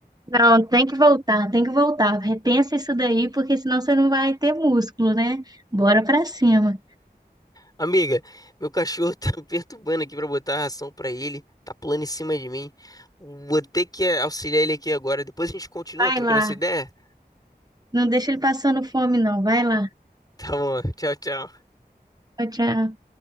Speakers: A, on the right; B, on the left.
A: Não, tem que voltar, tem que voltar. Repensa isso daí, porque senão você não vai ter músculo, né? Bora pra cima.
B: Amiga, meu cachorro <laughs> tá me perturbando aqui pra botar a ração pra ele. Tá pulando em cima de mim. Vou ter que auxiliar ele aqui agora. Depois a gente continua
A: Vai
B: trocando
A: lá.
B: essa ideia.
A: Não deixa ele passando fome, não. Vai lá.
B: Tá bom, tchau, tchau.
A: Tchau, tchau.